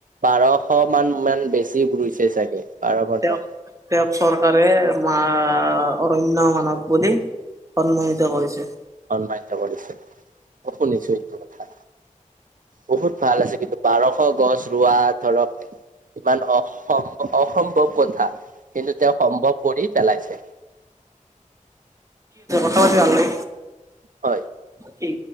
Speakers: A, on the right; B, on the right.
A: বাৰশ মান মান বেছি ৰুইছে চাগে বাৰ পোন্ধ
B: তেওঁক তেওঁক চৰকাৰে অ অৰণ্য মানৱ বুলি সন্মানিত কৰিছে
A: সম্মানিত কৰিছে মই শুনিছো কথা
B: <unintelligible> <inaudible>
A: বহুত ভাল আছে কিন্তু বাৰশ গছ ৰোৱা ধৰক ইমান অসম্ অসম্ভৱ কথা কিন্তু তেওঁ সম্ভৱ কৰি পেলাইছে
B: অসমতে ভাল লাগে
A: হয়
B: কি